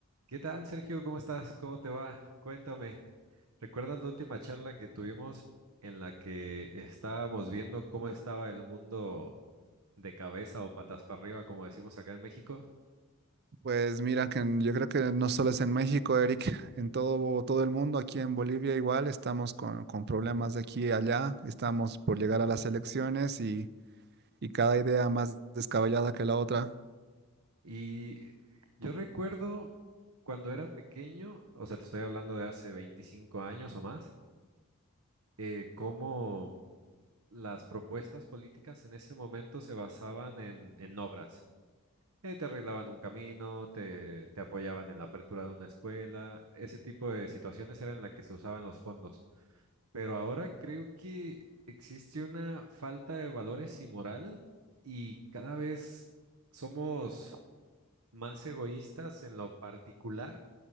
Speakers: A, on the right (about 75°); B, on the right (about 45°).
A: ¿Qué tal, Sergio? ¿Cómo estás? ¿Cómo te va? Cuéntame. ¿Recuerdas la última charla que tuvimos en la que estábamos viendo cómo estaba el mundo de cabeza o patas para arriba, como decimos acá en México?
B: Pues mira, que en- yo creo que no solo es en México, Eric, <laughs> en todo, todo el mundo, aquí en Bolivia igual estamos con, con problemas de aquí y allá, estamos por llegar a las elecciones y, y cada idea más descabellada que la otra.
A: Y yo recuerdo cuando era pequeño, o sea, te estoy hablando de hace 25 años o más, eh, cómo las propuestas políticas en ese momento se basaban en, en obras. eh, te arreglaban un camino, te, te apoyaban en la apertura de una escuela. Ese tipo de situaciones eran las que se usaban los fondos. Pero ahora creo que existe una falta de valores y moral y cada vez somos más egoístas en lo particular,